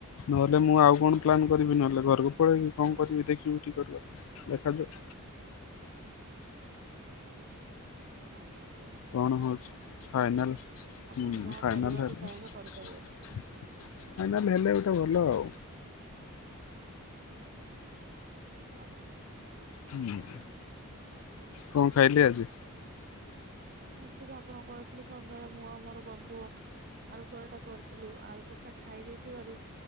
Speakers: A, on the left (about 70°); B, on the right (about 45°).
A: ନହେଲେ ମୁଁ ଆଉ କଣ ପ୍ଲାନ୍ କରିବି ନହେଲେ ଘରକୁ ପଳେଇବି କଣ କରିବି ଦେଖିବି ଟିକେଟ୍ କଥା। ଦେଖାଯାଉ
B: ଆଜ୍ଞା ଆଜ୍ଞା ନିଶ୍ଚ
A: କଣ ହଉଛି ଫାଇନାଲ ହଁ
B: ଆପଣ ଯାହା
A: ଫାଇନାଲ
B: କରିବାକୁ
A: ହେଲେ।
B: ଚାହିଁବେ କରିପାରିବେ
A: ଫାଇନାଲ ହେଲେ ଗୋଟେ ଭଲ ଆଉ।
B: ଆଜ୍ଞା।
A: ହୁଁ କଣ ଖାଇଲିେ ଆଜି।
B: ଏମତିକି ଆପଣ କହିଥିଲେି ସନ୍ଧ୍ୟାବେଳେ ମୁଁ ଆଉ ମୋର ବନ୍ଧୁ ଆଳୁ ପରଟା କରିଥିଲୁ। ଆଳୁ ପରଟା ଖାଇ ଦେଇେଥିବାରୁ